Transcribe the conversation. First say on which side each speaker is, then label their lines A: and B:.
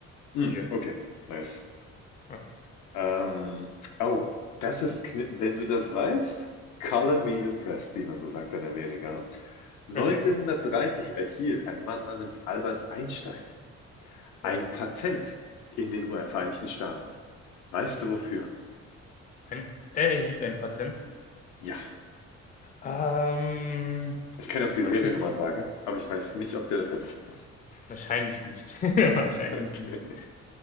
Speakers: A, on the left; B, on the left.
A: Hm,
B: Hier.
A: okay, nice.
B: Okay.
A: Ähm, oh, das ist, kn- wenn du das weißt, color me impressed, wie man so sagt in Amerika. 1930
B: Okay.
A: erhielt ein Mann namens Albert Einstein Ein
B: Ja.
A: Patent in den Vereinigten Staaten. Weißt du wofür?
B: Ein, er erhielt ein Patent.
A: Ja.
B: Ähm,
A: Ich kann dir auch die
B: Boah,
A: Seriennummer
B: ich kann mir
A: sagen, aber ich weiß nicht, ob dir das hilft. <laughs>
B: wahrscheinlich nicht. <laughs> Wahrscheinlich
A: Okay.
B: nicht.